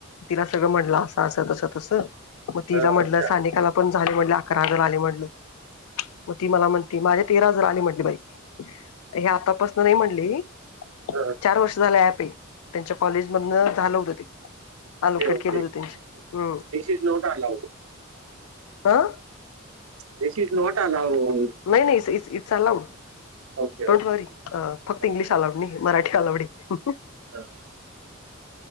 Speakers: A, on the left (about 85°); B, on the right (about 80°).
A: तिला सगळं म्हटलं असं असं तसं तसं मग तिला
B: हा
A: म्हटलं
B: अच्छा
A: सानेिकाला पण झाले म्हटलं अकरा हजार आले म्हटलं. मग ती मला म्हणती माझ्या तेरा हजार आली म्हटली बाई हे आतापासन नाही म्हणली
B: हा
A: चार वर्ष झालं ॲपेय त्यांच्या कॉलेज मधन झालं होतं ते.
B: ओके
A: आलोकेट
B: ओके
A: केलं होत त्यांचे हम्
B: दिस इज नॉट अलाउड
A: हां.
B: This is not allowed.
A: नाही नाही it's allowed.
B: Okay
A: don't worry
B: ओके
A: फक्त इंग्लिश आलाउड नाही मराठी आलाउडय.
B: <inaudible>